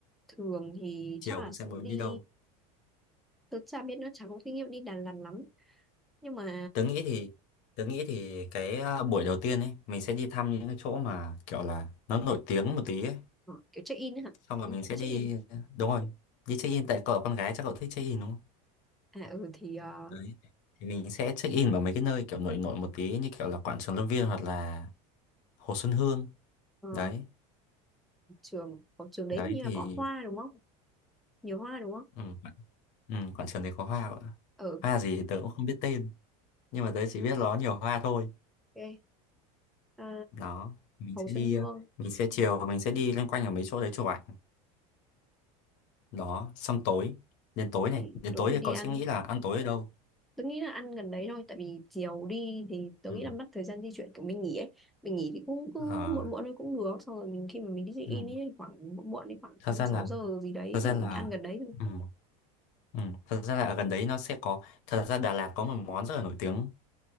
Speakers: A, in the centre; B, on the left.
A: thường thì
B: chiều
A: chắc là
B: cũng
A: sẽ
B: sẽ muốn
A: đi
B: đi đâu
A: tôi chả biết nữa chả có kinh nghiệm đi Đà Lạt lắm nhưng mà
B: Tớ nghĩ thì tớ nghĩ thì cái à, buổi đầu tiên ấy mình sẽ đi thăm những cái chỗ mà kiểu là nó nổi tiếng một tí ấy.
A: ờ, kiểu check in ấy hả
B: Xong rồi
A: đi
B: mình sẽ
A: check
B: đi
A: in
B: đúng rồi đi check in tại cậu là con gái chắc cậu thích check in đúng không?
A: à ừ thì ờ,
B: Đấy thì mình sẽ check in vào mấy cái nơi kiểu nổi nổi một tí như kiểu là Quảng Trường Lâm Viên hoặc là Hồ Xuân Hương
A: ờ,
B: đấy
A: trường ở trường đấy
B: đấy
A: hình như
B: thì
A: là có hoa đúng không nhiều hoa đúng không
B: ừ, quảng- ừ, Quảng Trường thì có hoa cậu ạ.
A: ừ
B: hoa gì thì tớ cũng không biết tên nhưng mà tớ chỉ biết nó nhiều hoa thôi
A: ok à,
B: đó mình
A: Hồ
B: sẽ
A: Xuân
B: đi
A: Hương
B: ờ, mình sẽ chiều mình sẽ đi loanh quanh ở mấy chỗ đấy chụp ảnh đó xong tối đến tối
A: tối
B: này
A: thì
B: đến
A: tối
B: tối
A: thì
B: thì
A: đi
B: cậu
A: ăn
B: sẽ nghĩ là ăn tối ở đâu
A: Tôi nghĩ là ăn gần đấy thôi tại vì chiều đi thì tôi
B: ừ.
A: nghĩ là mất thời gian di chuyển kiểu mình nghỉ ấy mình nghỉ thì cũng cứ
B: À,
A: muộn muộn thôi cũng được xong rồi mình khi mà mình đi check
B: ừ.
A: in ấy khoảng muộn muộn đến khoảng
B: thật
A: năm
B: ra
A: sáu
B: là
A: giờ gì đấy
B: thật ra
A: thì
B: là
A: mình ăn gần đấy thôi
B: ừ. Ừ. thật ra là ở gần đấy nó sẽ có thật ra Đà Lạt có một món rất là nổi tiếng